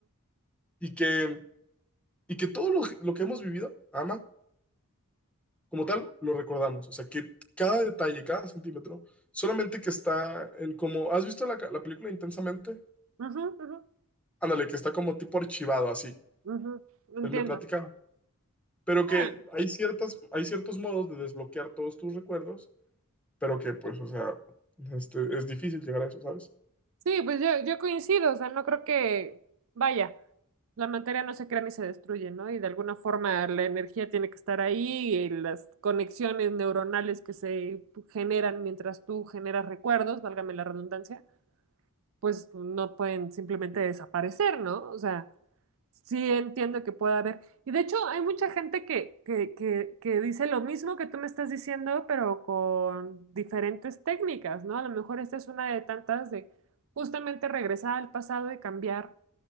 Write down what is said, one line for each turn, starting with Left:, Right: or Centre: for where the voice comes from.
Centre: Y que, y que todo lo, lo que hemos vivido, ama, como tal, lo recordamos. O sea, que cada detalle, cada centímetro, solamente que está en como, ¿has visto la, ca- la película Intensamente?
Right: Ujú, ujú,
Centre: Ándale, que está como tipo archivado así.
Right: ujú, Entiendo.
Centre: Él me platica. pero
Right: Bueno,
Centre: que hay ciertas, hay ciertos modos de desbloquear todos tus recuerdos, pero que pues, o sea, este, es difícil llegar a eso, ¿sabes?
Right: sí, pues yo, yo coincido, o sea, no creo que, vaya, la materia no se crea ni se destruye, ¿no? Y de alguna forma la energía tiene que estar ahí y las conexiones neuronales que se generan mientras tú generas recuerdos, válgame la redundancia, pues no pueden simplemente desaparecer, ¿no? O sea, sí entiendo que pueda haber. Y de hecho, hay mucha gente que, que, que, que dice lo mismo que tú me estás diciendo, pero con diferentes técnicas, ¿no? A lo mejor esta es una de tantas de justamente regresar al pasado y cambiar